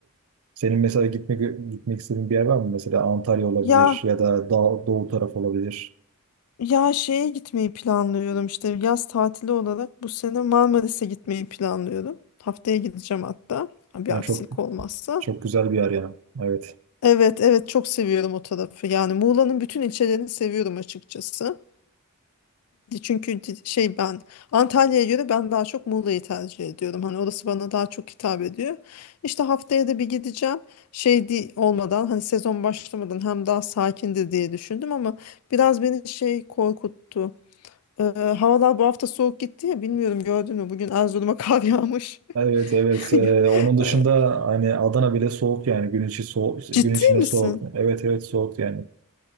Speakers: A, on the right; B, on the left.
A: senin mesela gitmek gitmek istediğin bir yer var mı? Mesela Antalya olabilir
B: Ya
A: ya da Dağ- Doğu taraf olabilir.
B: ya şeye gitmeyi planlıyorum işte yaz tatili olarak bu sene Marmaris'e gitmeyi planlıyorum. Haftaya gideceğim hatta ha, bir
A: Yani
B: aksilik
A: çok
B: olmazsa.
A: çok güzel bir yer yani. Evet.
B: Evet evet çok seviyorum o tarafı yani Muğla'nın bütün ilçelerini seviyorum açıkçası. Çünkü di- şey ben Antalya'ya göre ben daha çok Muğla'yı tercih ediyorum. Hani orası bana daha çok hitap ediyor. İşte haftaya da bir gideceğim. Şey di- olmadan hani sezon başlamadan hem daha sakindir diye düşündüm ama biraz beni şey korkuttu. Ee, havalar bu hafta soğuk gitti ya bilmiyorum gördün mü? Bugün Erzurum'a kar yağmış.
A: Evet evet Ee,
B: <laughs>
A: onun dışında
B: Ee,
A: hani Adana bile soğuk yani gün içi soğuk gün
B: Ciddi
A: içinde
B: misin?
A: soğuk evet evet soğuk yani